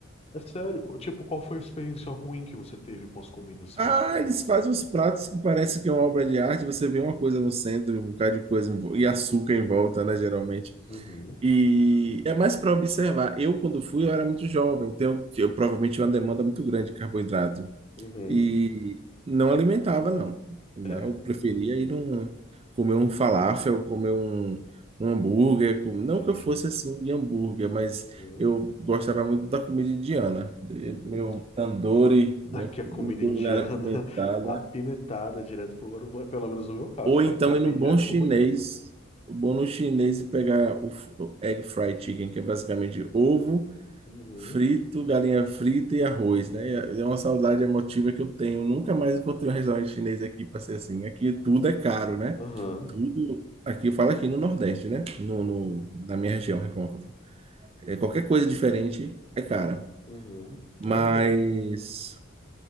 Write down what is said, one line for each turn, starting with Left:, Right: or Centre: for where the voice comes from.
Left: É sério? Tipo, qual foi a experiência ruim que você teve com as comidas
Right: Ah,
Left: francesas?
Right: eles fazem uns pratos que parece que é uma obra de arte. Você vê uma coisa no centro, um bocado de coisa em vo- e açúcar em volta, né? Geralmente.
Left: uhum,
Right: E é mais para observar. Eu, quando fui, eu era muito jovem, então eu, provavelmente tinha uma demanda muito grande de carboidrato.
Left: uhum.
Right: E não alimentava, não. Eu
Left: É, entendo.
Right: preferia ir num, comer um falafel, comer um, um hambúrguer. com- Não
Left: Entendi.
Right: que eu fosse assim de hambúrguer, mas
Left: Uhum,
Right: eu gostava muito da comida indiana. de-
Left: uhum.
Right: Meu tandoori, né,
Left: Aqui a comida
Right: minha culinária
Left: indiana
Right: apimentada.
Left: <laughs> apimentada direto pro banheiro, pelo menos no meu caso,
Right: Ou
Left: tá?
Right: então
Left: é comer
Right: ir no bom
Left: direto
Right: chinês,
Left: pro banheiro.
Right: o bom no chinês e pegar o f- o egg fried chicken, que é basicamente ovo
Left: Uhum,
Right: Frito, galinha frita e arroz, né? É uma saudade emotiva que eu tenho. Nunca mais encontrei um restaurante chinês aqui para ser assim. Aqui tudo é caro, né?
Left: Aham.
Right: Tudo. Aqui eu falo aqui no Nordeste, né? No,
Left: uhum,
Right: no- na minha região, Recôncavo. É, qualquer coisa diferente é cara.
Left: uhum,
Right: Mas
Left: É verdade.